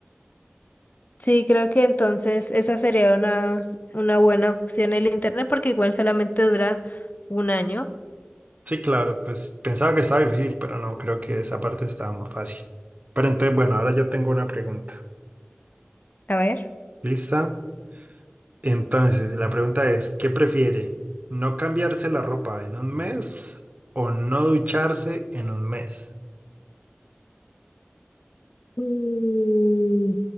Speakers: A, on the left (about 40°); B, on the right (about 35°).
A: Sí, creo que entonces esa sería una, una buena opción el internet porque igual solamente dura un año.
B: Sí, claro, pues pensaba que estaba difícil, pero no, creo que esa parte estaba más fácil. Pero entonces, bueno, ahora yo tengo una pregunta.
A: A ver.
B: ¿Lista? Entonces, la pregunta es, ¿qué prefiere? ¿No cambiarse la ropa en un mes o no ducharse en un mes?
A: Mm,